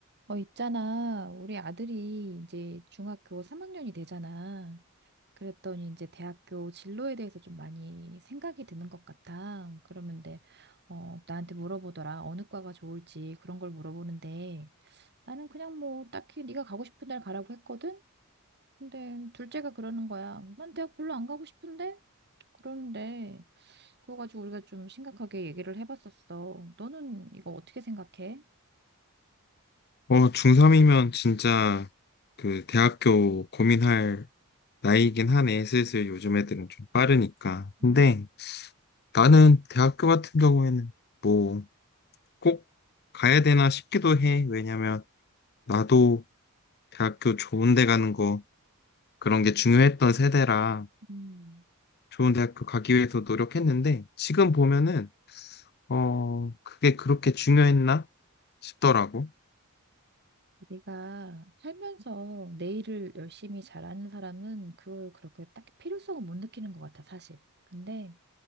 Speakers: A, on the right; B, on the left.
A: 어, 있잖아. 우리 아들이 이제 중학교 3학년이 되잖아. 그랬더니 이제 대학교 진로에 대해서 좀 많이 생각이 드는 것 같아. 그러는데, 어, 나한테 물어보더라. 어느 과가 좋을지 그런 걸 물어보는데, 나는 그냥 뭐 딱히 네가 가고 싶은 날 가라고 했거든? 근데 둘째가 그러는 거야. 난 대학 별로 안 가고 싶은데? 그러는데, 그거 가지고 우리가 좀 심각하게 얘기를 해봤었어. 너는 이거 어떻게 생각해?
B: 어, 중3이면 진짜 그 대학교 고민할 나이긴 하네. 슬슬 요즘 애들은 좀 빠르니까.
A: 음,
B: 근데 나는 대학교 같은 경우에는 뭐 꼭 가야 되나 싶기도 해. 왜냐면 나도 대학교 좋은 데 가는 거 그런 게 중요했던 세대라
A: 음.
B: 좋은 대학교 가기 위해서 노력했는데 지금 보면은 어, 그게 그렇게 중요했나 싶더라고.
A: 우리가 살면서 내일을 열심히 잘하는 사람은 그걸 그렇게 딱 필요성을 못 느끼는 것 같아, 사실. 근데,